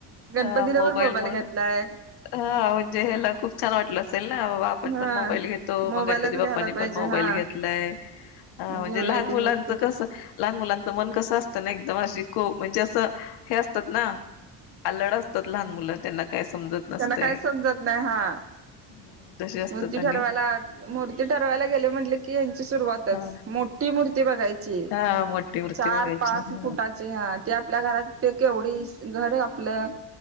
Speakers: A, on the right; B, on the left.
A: गणपतीला
B: हा मोबाईलमुळं
A: पण मोबाईल घेतलाय
B: म्ह हा म्हणजे ह्याला खूप छान वाटलं असेल ना, बाबा आपण
A: हा.
B: पण मोबाईल घेतो,
A: मोबाईलच
B: मग गणपती बाप्पानी
A: घ्यायला पाहिजे
B: पण मोबाईल
A: हा
B: घेतलाय. हा म्हणजे
A: घेऊया
B: लहान मुलांच
A: ती मूर्ती
B: कस, लहान मुलांच मन कस अस एकदम अशी को म्हणजे असं, हे असतात ना, अल्लड असतात लहान मुलं, त्यांना काय समजत नसतय.
A: त्यांना काय समजत नाही हा.
B: हम्म तशी असतात
A: मूर्ती
B: आणि
A: ठरवायला, मूर्ती ठरवायला गेले म्हटले की, हे सुरवातच
B: हा
A: मोठी मूर्ती बघायची. <unintelligible>
B: हा मोठी मूर्ती
A: चार
B: बघायची
A: पाच
B: हा
A: फुटाची ते आपल्या घरात ते केवढी घर आपलं,